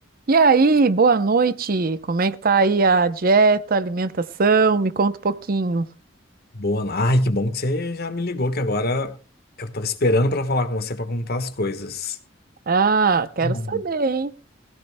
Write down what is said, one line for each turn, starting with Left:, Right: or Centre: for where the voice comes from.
Right: E aí, boa noite. Como é que tá aí a dieta, alimentação? Me conta um pouquinho.
Left: Boa, no- ai, que bom que você já me ligou, que agora eu tava esperando pra falar com você pra contar as coisas.
Right: Ah, quero
Left: Bom.
Right: saber, hein?